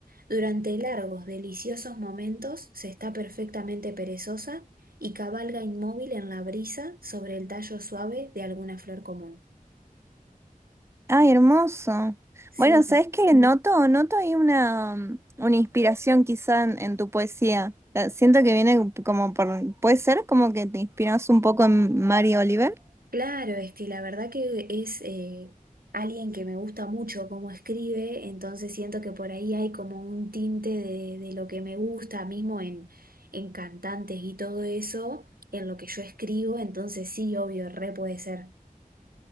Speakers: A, on the right; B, on the right.
A: Durante largos, deliciosos momentos se está perfectamente perezosa y cabalga inmóvil en la brisa sobre el tallo suave de alguna flor común.
B: Ay, hermoso.
A: Sí,
B: Bueno, ¿sabes qué? Noto, noto ahí una, una inspiración quizá en, en tu poesía. Eh, Siento que viene como por, puede ser como que te inspiras un poco en Mary Oliver.
A: claro, es que la verdad que es eh, alguien que me gusta mucho cómo escribe, entonces siento que por ahí hay como un tinte de, de lo que me gusta mismo en, en cantantes y todo eso, en lo que yo escribo, entonces sí, obvio, re puede ser.